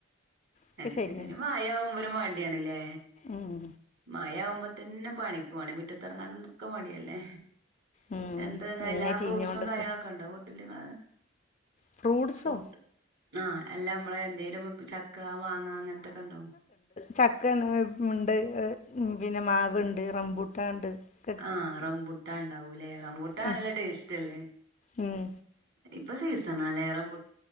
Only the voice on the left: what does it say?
ഒക്കെ
ശരിയാണ്
ഉം
ഉം
ഇങ്ങ ചീഞ്ഞോണ്ട്ക്കും
ഫ്രൂട്സോ
ചക്കണ് ഉണ്ട് പിന്നെ മാവുണ്ട് റമ്പൂട്ടാൻ ണ്ട്.
ഉം
ഉം